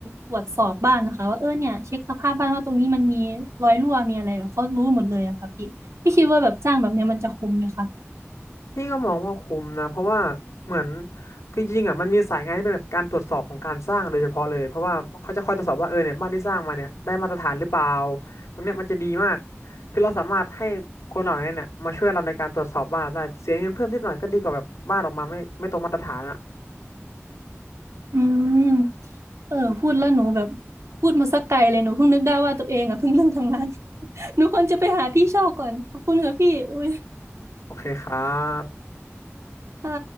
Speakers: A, on the right; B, on the left.
A: ตรวจสอบบ้านนะคะว่าเออเนี่ยเช็คสภาพบ้านว่าตรงนี้มันมีรอยรั่วมีอะไรแบบเขารู้หมดเลยอะค่ะพี่พี่คิดว่าแบบจ้างแบบเนี้ยมันจะคุ้มไหมคะ
B: พี่ก็มองว่าคุ้มนะเพราะว่าเหมือนคือจริงๆอ่ะมันมีสายงานที่เป็นแบบการตรวจสอบของการสร้างโดยเฉพาะเลยเพราะว่าเขาจะคอยตรวจสอบว่าเออเนี่ยบ้านที่สร้างมาเนี่ยได้มาตรฐานหรือเปล่าตรงเนี้ยมันจะดีมากคือเราสามารถให้คนเหล่านี้เนี่ยมาช่วยเราในการตรวจสอบบ้านเราได้เสียเงินเพิ่มนิดหน่อยก็ดีกว่าแบบบ้านออกมาไม่ไม่ตรงมาตรฐานอ่ะ
A: อืมเออพูดแล้วหนูแบบพูดมาสักไกลเลยหนูเพิ่งนึกได้ว่าตัวเองอะเพิ่งเริ่มทำงาน <laughs> หนูควรจะไปหาที่เช่าก่อนขอบคุณค่ะพี่อุ้ย
B: โอเคครับ
A: ค่ะ